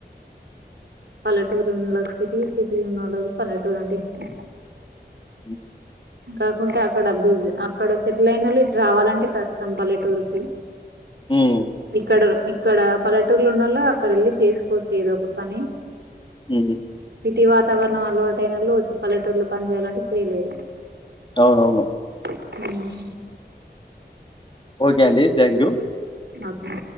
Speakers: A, on the right; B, on the left.
A: పల్లెటూర్లో ఉన్నోళ్లకు సిటీ, సిటీ ఉన్నోళ్ళకి పల్లెటూరు అంటే ఇష్టం.
B: హ్
A: కాకుంటే అక్కడ బిజ అక్కడ సెటిల్ అయినోళ్ళు ఇటు రావాలంటే కష్టం పల్లెటూరుకిి.
B: హ్మ్
A: ఇక్కడ ఇక్కడ పల్లెటూర్ల ఉన్నోల్లు అక్కడ వెళ్ళి చేసుకోవచ్చు ఎదో ఒక పని.
B: హ్మ్
A: సిటీ వాతావర నం అలవాటయినోళ్ళు వచ్చి పల్లెటూరులో పని చేయాలంటే చేయలేరు.
B: అవునవును.
A: హ్
B: ఓకే అండి థ్యాంక్యూ.
A: ఓకే